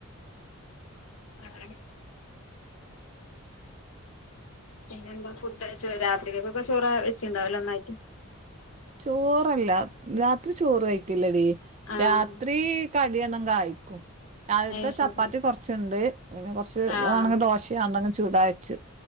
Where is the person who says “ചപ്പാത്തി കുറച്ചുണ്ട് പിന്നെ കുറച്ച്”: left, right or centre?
Right